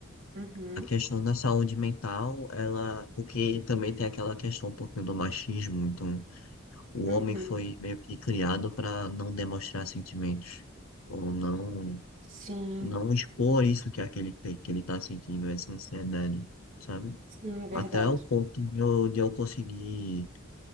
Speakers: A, on the right; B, on the left.
A: Uhum,
B: A questão da saúde mental, ela, porque também tem aquela questão um pouquinho do machismo, então o
A: uhum.
B: homem foi meio que criado para não demonstrar sentimentos, ou não,
A: Sim,
B: não expor isso que é aquele tem- que ele tá sentindo, essa ansiedade, sabe?
A: sim, verdade.
B: Até o ponto de eu, de eu conseguir,